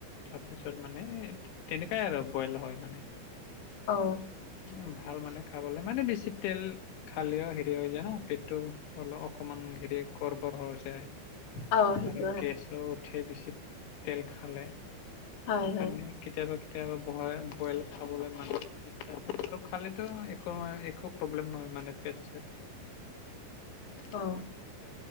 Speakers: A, on the left; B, on the left.
A: তাৰপিছত মানে তেনেকাই আৰু বইল হয় মানে।
B: অ
A: উ ভাল মানে খাবলে মানে বেছি তেল খালেও হেৰি হৈ যায় ন পেটটো অলপ অকমান হেৰি গৰ্বৰ হৈ যায়।
B: অ সেইটো
A: আৰু
B: হয়
A: গেছো উঠে বেছি তেল খালে
B: হয়
A: তাৰ
B: হয়
A: কাৰণে কেতিয়াবা কেতিয়াবা ব বইল খাবলে মানুহে আৰু খালেতো একো নহয় একো প্ৰব্লেম নহয় মানে পেট চেট। <inaudible>
B: অ